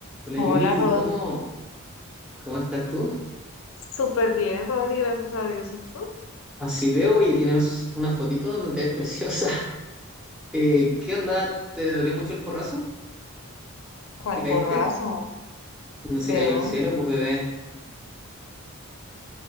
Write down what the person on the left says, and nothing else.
Hola,
Rod.
Súper bien, Rodri, gracias a Dios. ¿Y tú?
¿Cuál
porrazo?
¿De
dónde?